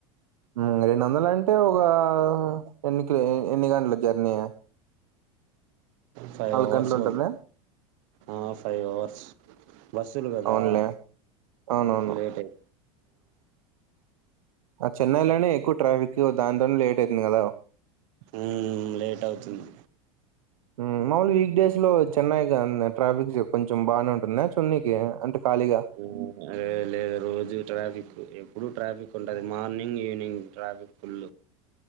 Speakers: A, on the right; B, on the right.
A: ఉం రెండు వందలు అంటే ఒక ఎన్ని క ఎన్ని గంటల జర్నీ
B: ఫైవ్ అవర్స్
A: గంటలు ఉంటదా?
B: పడుదు ఆ ఫైవ్ అవర్స్ బస్సులు కదా
A: అవునులే. అవునవును.
B: లేట్ అయితు
A: ఆ చెన్నైలోనే ఎక్కువ ట్రాఫిక్ దాంతోనే లేట్ అయితుంది కదా
B: ఉం లేట్ అవుతుంది
A: ఉం మాముూలు వీక్ డేస్ లో చెన్నై కా ట్రాఫిక్ చ్ కొంచెం బానే ఉంటుంద చూడనికి అంటే ఖాళీగా
B: ఉం అదే లేదు లేదు రోజు ట్రాఫిక్ ఎప్పుడుూ ట్రాఫిక్ ఉంటది మార్నింగ్ ఈవినింగ్ ట్రాఫిక్ ఫుల్